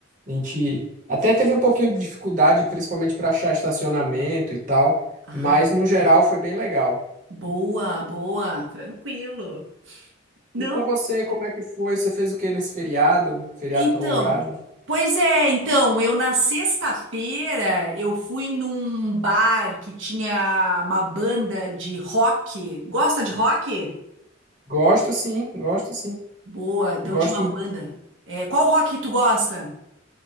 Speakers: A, on the right (about 40°); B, on the right (about 75°).
A: A gente até teve um pouquinho de dificuldade, principalmente para achar estacionamento e tal,
B: Ah,
A: mas no geral foi bem legal.
B: boa, boa. Tranquilo. Não?
A: E com você, como é que foi? Você fez o que nesse feriado? Feriado
B: Então,
A: prolongado?
B: pois é, então, eu na sexta-feira eu fui num bar que tinha uma banda de rock. Gosta de rock?
A: Gosto sim, gosto sim.
B: Boa, então
A: Gosto,
B: tinha uma banda. É, qual rock que tu gosta?